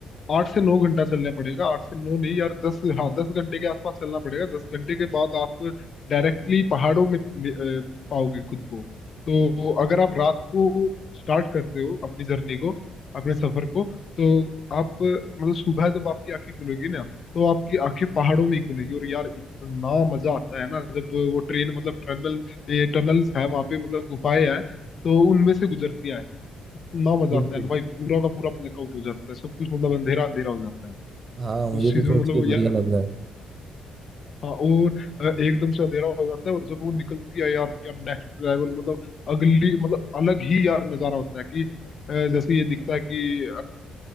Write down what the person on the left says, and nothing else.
आठ से नौ घंटा चलना पड़ेगा आठ से नौ नहीं यार दस हाँ दस घंटे के आसपास चलना पड़ेगा दस घंटे के बाद आप डायरेक्टली पहाड़ों में अ, पाओगे खुद को तो अगर आप रात को स्टार्ट करते हो अपनी जर्नी को अपने सफर को तो आप मतलब सुबह जब आपकी आंखें खुलेगी ना तो आपकी आंखें पहाड़ों में ही खुलेगी और यार इतना मजा आता है ना जब वो ट्रेन मतलब टनल ये टनल्स है वहां पे मतलब गुफाएं हैं तो उनमें से गुजरती है इतना मजा
आता है ना भाई पूरा का पूरा ब्लैकआउट हो जाता है सब कुछ मतलब अंधेरा अंधेरा हो जाता है
उस
चीज
में मतलब
यार
हाँ और अ, एकदम से अंधेरा हो जाता है और जब वो निकलती है यार क्या नेक्स्ट लेवल मतलब अगली मतलब अलग ही यार नजारा होता है कि अ, जैसे ये दिखता है कि